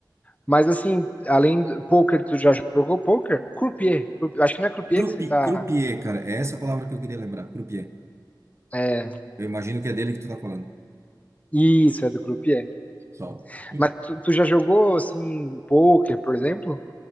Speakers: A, on the left; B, on the right.
A: Mas assim, além do poker, tu já jogou poker? Croupier. Acho que não é croupier
B: Croupi-
A: que você tá.
B: Croupier, cara, é essa a palavra que eu queria lembrar, croupier.
A: É...
B: Eu imagino que é dele que tu tá falando.
A: Isso, é do croupier.
B: Só. E,
A: Mas tu, tu já jogou assim poker, por exemplo?